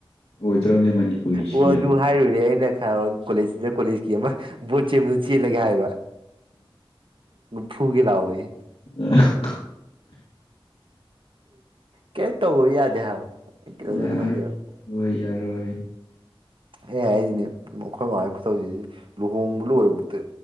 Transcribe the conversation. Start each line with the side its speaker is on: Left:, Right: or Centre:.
Left: ꯑꯣꯏꯗꯣꯔꯕꯅꯦ ꯃꯅꯤꯄꯨꯔꯒꯤ ꯁꯤ
Right: ꯑꯣ ꯑꯗꯨ
Left: ꯑꯦꯝ
Right: ꯍꯥꯏꯔꯨꯔꯦ ꯑꯩꯅ ꯈ ꯀꯣꯂꯦꯖꯁꯤꯗ ꯀꯣꯂꯦꯖ ꯣꯆꯦ ꯆꯤ ꯂꯩꯒꯦꯕ ꯐꯨꯒ ꯂꯥꯎꯑꯣꯣꯏ
Left: ꯑ
Right: ꯀꯩ ꯇꯧꯕ ꯌꯥꯗꯦ ꯍꯥꯏꯕ
Left: ꯌꯥꯔꯣꯏ
Right: ꯔ
Left: ꯌꯥꯔꯣꯏ ꯌꯥꯔꯣꯏ
Right: ꯑꯦ ꯍꯥꯏꯔꯤꯁꯤꯅꯦ ꯑꯩꯈꯣꯏ ꯃ ꯈꯨꯧꯁꯤꯗꯤ ꯂꯨꯍꯣꯡꯕ ꯂꯣꯏꯔꯕꯨꯥꯎ